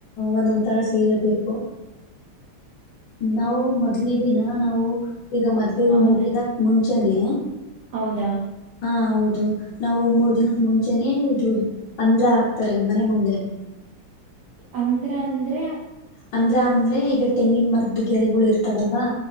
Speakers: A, on the left; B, on the right.
A: ಒಂದೊಂದಥರಾ ಸೀರೆ ಬೇಕು ನಾವು ಮೊದಲನೇ ದಿನಾ ನಾವು ಈಗ ಮದ್ವೇಗ
B: ಹೌದಾ
A: ಮೂರ್ ದಿನಕ್ಕ ಮುಂಚೆನೇ
B: ಹೌದಾ
A: ಹಾ ಹೌದು ನಾವು ಮೂರ್ ದಿನಕ ಮುಂಚೆನೆ ಇದು ಹಂದ್ರಾ ಹಾಕ್ತಾರೆ ಮನೆ ಮುಂದೆ
B: ಹಂದ್ರಾ ಅಂದ್ರೆ
A: ಹಂದ್ರಾ ಅಂದ್ರೆ ಈಗ ತೆಂಗಿನ ಮರದ್ದ ಗೆರೆಗಳು ಇರ್ತಾವಲ್ವಾ